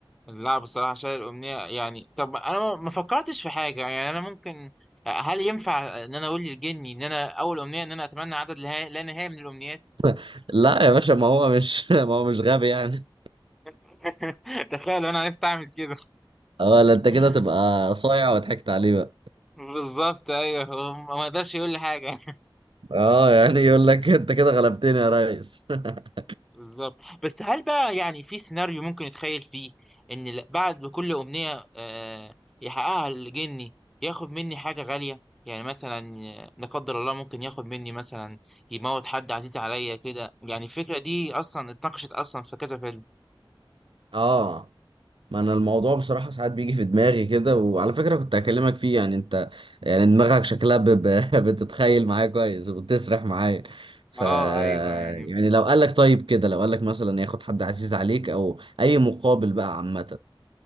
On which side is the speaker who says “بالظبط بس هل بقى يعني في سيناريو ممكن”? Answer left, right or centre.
Centre